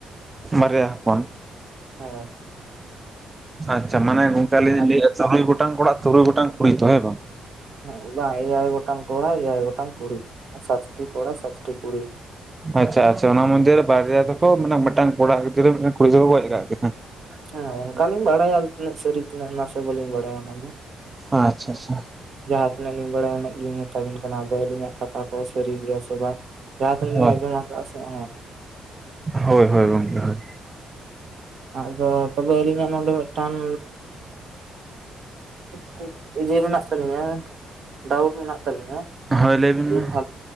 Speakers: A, on the right; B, on the right.
A: ᱵᱟᱨᱭᱟ ᱦᱚᱯᱚᱱ
B: ᱦᱚᱸ
A: ᱟᱪᱪᱷᱟ ᱢᱟᱱᱮ ᱜᱚᱝᱠᱮ ᱟᱹᱞᱤᱧ
B: ᱟᱫᱚ
A: ᱞᱟᱹᱭᱮᱫᱼᱟ ᱛᱩᱨᱩᱭ ᱜᱚᱴᱟᱝ ᱠᱚᱲᱟ ᱛᱩᱨᱩᱭ ᱜᱚᱴᱟᱝ ᱠᱩᱲᱤ ᱛᱚ ᱦᱮᱸ ᱵᱟᱝ
B: ᱦᱮᱸᱜ ᱵᱟᱝ ᱮᱭᱟᱭ ᱜᱚᱴᱟᱝ ᱠᱚᱲᱟ ᱮᱭᱟᱭ ᱜᱚᱴᱟᱝ ᱠᱩᱲᱤ ᱥᱟᱛᱴᱤ ᱠᱚᱲᱟ ᱥᱟᱛᱴᱤ ᱠᱩᱲᱤ
A: ᱟᱪᱪᱷᱟ ᱟᱪᱪᱷᱟ ᱚᱱᱟ ᱢᱚᱫᱽᱫᱷᱮ ᱨᱮ ᱵᱟᱨᱭᱟ ᱫᱚᱠᱚ ᱢᱟᱱᱮ ᱢᱤᱫᱴᱟᱝ ᱠᱚᱲᱟ ᱜᱤᱫᱽᱨᱟᱹ ᱢᱤᱫᱴᱟᱝ ᱠᱩᱲᱤ ᱜᱤᱫᱽᱨᱟᱹ ᱠᱚ ᱜᱚᱡ ᱟᱠᱟᱫ ᱠᱤᱱᱟ
B: ᱦᱮᱸ ᱚᱱᱠᱟ ᱞᱤᱧ ᱵᱟᱲᱟᱭᱟ ᱛᱤᱱᱟᱹᱜ ᱥᱟᱹᱨᱤ ᱠᱟᱱᱟ ᱱᱟᱥᱮ ᱵᱟᱹᱞᱤᱧ ᱵᱟᱲᱟᱭᱟ ᱚᱱᱟ ᱫᱚ
A: ᱟᱪᱪᱷᱟ ᱪᱷᱟ
B: ᱡᱟᱦᱟᱸ ᱛᱤᱱᱟᱹᱜ ᱞᱤᱧ ᱵᱟᱲᱟᱭᱟ ᱩᱱᱟᱹᱜ ᱜᱮ ᱞᱤᱧ ᱢᱮᱛᱟ ᱵᱤᱱ ᱠᱟᱱᱟ ᱟᱫᱚ ᱟᱹᱞᱤᱱᱟᱜ ᱠᱟᱛᱷᱟ ᱠᱚ ᱦᱚᱸ ᱥᱟᱹᱨᱤ ᱜᱮᱭᱟ ᱥᱮ ᱵᱟᱝ ᱡᱟᱦᱟᱸ ᱛᱤᱱᱟᱜ
A: ᱦᱳᱭ
B: ᱞᱤᱧ ᱟᱸᱡᱚᱢ ᱟᱠᱟᱫᱟ ᱦᱩᱸ
A: ᱦᱳᱭ ᱦᱳᱭ ᱜᱚᱝᱠᱮ ᱦᱳᱭ᱾
B: ᱟᱫᱚ ᱛᱚᱵᱮ ᱟᱹᱞᱤᱧᱟᱜ ᱱᱚᱰᱮ ᱢᱤᱫᱴᱟᱝ ᱠᱷᱩᱵ ᱤᱭᱟᱹᱮ ᱢᱮᱱᱟᱜ ᱛᱟᱹᱟᱞᱤᱧᱟ ᱰᱟᱣᱩᱴ ᱢᱮᱱᱟᱜ ᱛᱟᱹᱟᱞᱤᱧᱟ
A: ᱦᱳᱭ ᱞᱟᱹᱭ ᱵᱤᱱ
B: <unintelligible>
A: ᱢᱟ